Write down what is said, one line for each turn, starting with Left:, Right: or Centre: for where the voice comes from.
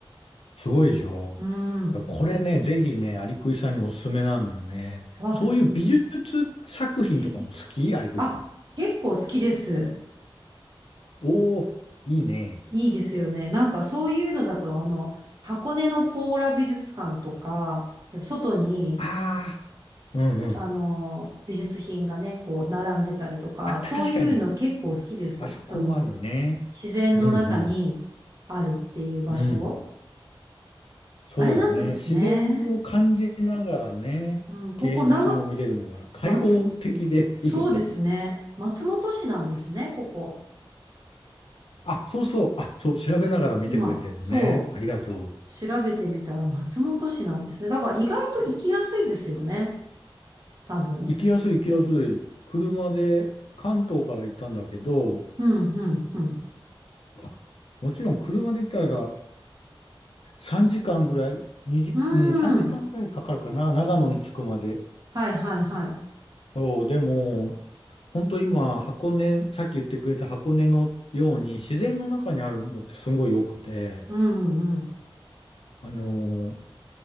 Left: すごいでしょ。
Right: うん。
Left: これね、ぜひね、アリクイさんにおすすめなのよね。
Right: あ、
Left: そういう美術
Right: 行っ
Left: 作品とかも好きアリクイさん。
Right: てみたい。あ、結構好きです。
Left: おー、いいね。
Right: いいですよね。なんかそういうのだと、あの、箱根のポーラ美術館とか、やっぱ外に、
Left: ああ、うんうん。
Right: あの、美術品がね、こう、並んでたりとか、
Left: あ、確かに。
Right: そういうの結構好きです。
Left: あそこもあるね。
Right: その、自然の中にあるっていう場所。
Left: うんうん。うん。そうよね。
Right: あれなんですね。
Left: 自然を感じながらね、
Right: うん、ここ、
Left: 芸術も見れるのが開放的でいいよね。
Right: 長、松、そうですね。松本市なんですね、ここ。
Left: あ、そうそう。あ、そう、調べながら見てくれてるのね。
Right: 今、そう。
Left: ありがとう。
Right: 調べてみたら松本市なんですね。だから意外と行きやすいですよね。多分。
Left: 行きやすい行きやすい。車で関東から行ったんだけど、
Right: うん、うん、うん。
Left: まあもちろん車で行ったら3時間ぐらい、2時、
Right: うーん。
Left: うん、3時間ぐらいかかるかな。長野に着くまで。
Right: はい、はい、はい。
Left: そう、でも、本当今、箱根、さっき言ってくれた箱根のように自然の中にあるのってすごい良くて、
Right: うん、うん。
Left: あの